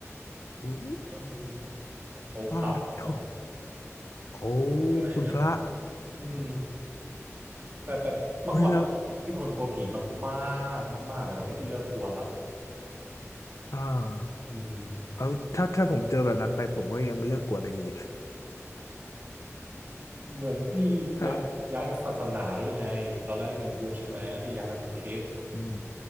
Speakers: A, on the left; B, on the right.
A: อู้
B: เออ เขาขาดหน่อย
A: วาดโถโอ้
B: เยอย่างนั้นนะ
A: คุณพระ
B: อืมแต่แบบเมื่อก่อนอะพี่พี่เป็นคนกลัวผีมากๆมากๆแต่ตอนนี้พี่เลิกกลัวละ
A: เฮ้ยแล้วอ่า
B: อืม
A: เอาถ้าถ้าผมเจอแบบนั้นไปผมก็ยังไม่เลิกกวนอะอี <laughs>
B: เหมือนพี่ย้ายย้ายศาสนาด้วยไงตอนแรกพี่เป็นพุทธใช่ไหมแล้วพี่ย้ายมาเป็นคริสต์
A: ถ้าอืม